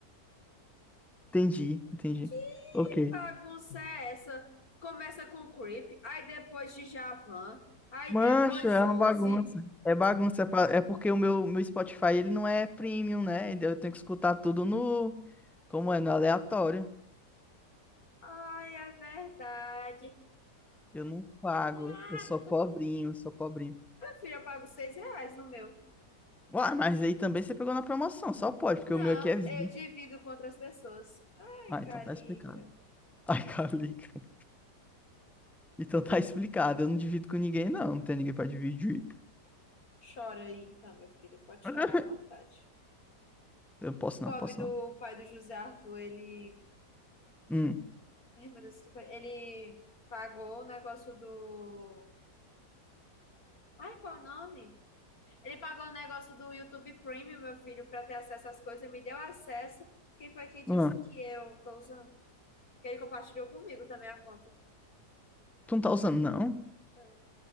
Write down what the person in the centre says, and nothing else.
Entendi, entendi.
Ok.
Mancho,
é
uma bagunça. É bagunça. É pa- é porque o meu, meu Spotify ele não é premium, né? Então, Eu tenho que escutar tudo no. Como é? No aleatório.
Eu não pago.
Eu sou pobrinho, sou pobrinho.
Uai, mas aí também você pegou na promoção, só pode, porque
o meu aqui é 20.
Ah,
então tá explicado. <laughs> Ai, Calica. Então tá explicado. Eu não divido com ninguém, não. Não tem ninguém pra dividir.
<laughs>
Eu posso
não, posso
não.
Hum.
Ah,
tu não tá usando, não?